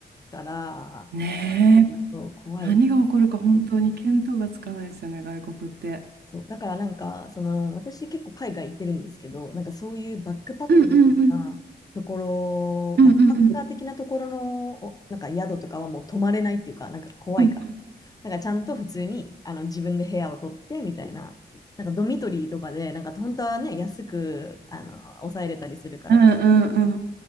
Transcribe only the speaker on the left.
だから、
そう怖い
そう、だからなんか、その、私結構海外行ってるんですけど、なんかそういうバックパックみたいなところ、
バックパッカー的なところの、おなんか宿とかはもう泊まれないっていうか、なんか怖いから。
なんかちゃんと普通にあの自分で部屋を取ってみたいな、なんかドミトリーとかで、なんか本当はね、安くあの抑えれたりするから、